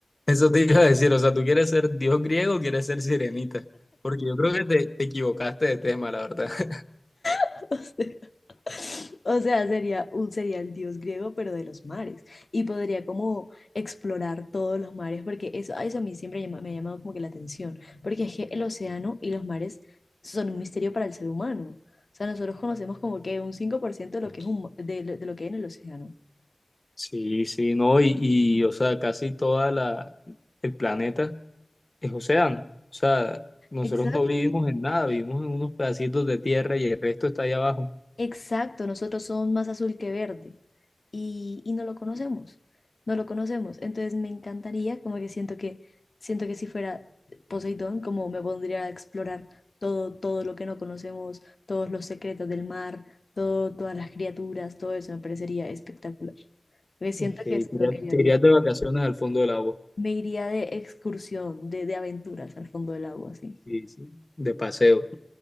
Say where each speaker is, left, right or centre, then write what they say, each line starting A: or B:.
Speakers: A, on the left; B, on the left.
A: Eso te iba a decir, o sea, ¿tú quieres ser dios griego o quieres ser sirenita? Porque yo creo que te, te equivocaste de tema, la verdad. <laughs>
B: <laughs> O sea, sería un, sería el dios griego, pero de los mares. Y podría como explorar todos los mares, porque eso, a eso a mí siempre llama- me ha llamado como que la atención, porque es que el océano y los mares son un misterio para el ser humano. O sea, nosotros conocemos como que un 5% de lo que es un, de, lo de lo que hay en el océano.
A: Sí, sí, no, y, y, o sea, casi toda la, el planeta es océano. O sea, nosotros
B: Exacto.
A: no vivimos en nada, vivimos en unos pedacitos de tierra y el resto está allá abajo.
B: Exacto, nosotros somos más azul que verde y, y no lo conocemos, no lo conocemos. Entonces me encantaría, como que siento que siento que si fuera Poseidón, como me pondría a explorar todo todo lo que no conocemos, todos los secretos del mar, todo, todas las criaturas, todo eso me parecería espectacular. Porque siento
A: Ok, te
B: que eso
A: irías,
B: es lo que yo
A: te
B: haría.
A: irías de vacaciones al fondo del agua.
B: Me iría de excursión, de, de aventuras al fondo del agua, así,
A: Sí, sí, de paseo.